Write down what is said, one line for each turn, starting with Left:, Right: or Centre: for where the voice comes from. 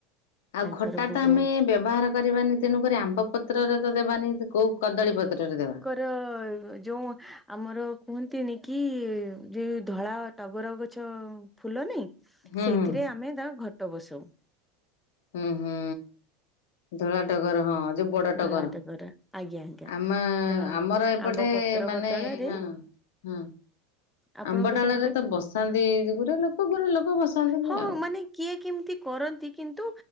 Left: ଆଉ
Centre: ତାଙ୍କର
Left: ଖଟା
Centre: ଭୋଗ
Left: ତ ଆମେ
Centre: ହଉଛି
Left: ବ୍ୟବହାର କରିବାନି ତେଣୁକରି ଆମ୍ବ ପତ୍ରରେ ତ ଦେବାନି ତାକୁ କୋଉ କଦଳୀପତ୍ରରେ ଦେବା
Centre: ଆ ଯୋଉ ଆମର କୁହନ୍ତିନି କି ଯେ ଧଳା ଟଗର ଗଛ ଫୁଲ ନାଇ
Left: ହୁଁ
Centre: ସେଇଥିରେ
Left: ହୁଁ
Centre: ଆମେ ତା ଘଟ ବସଉ।
Left: ହୁଁ ହୁଁ ଧଳା ଟଗର ହଁ ଯୋଉ ବଡଟଗର
Centre: ଧଳା ଟଗର ଆଜ୍ଞା ଆଜ୍ଞା।
Left: ଆମେ
Centre: ଧ
Left: ଆମର ଏପଟେ
Centre: ଆମ୍ବ ପତ୍ର
Left: ମାନେ
Centre: ବଦଳରେ
Left: ହଁ। ହୁଁ।
Centre: ଆପଣଙ୍କ
Left: ଆମ୍ବ ଡାଳରେ
Centre: ସେପଟେ
Left: ତ ବସାନ୍ତି ଗୁରେ ଲୋକ ଗୁରେ ଲୋକ ପରେ ଲୋକ ବସାନ୍ତିନି
Centre: ହଁ
Left: ଆଉ।
Centre: ମାନେ କିଏ କେମିତି କରନ୍ତି କିନ୍ତୁ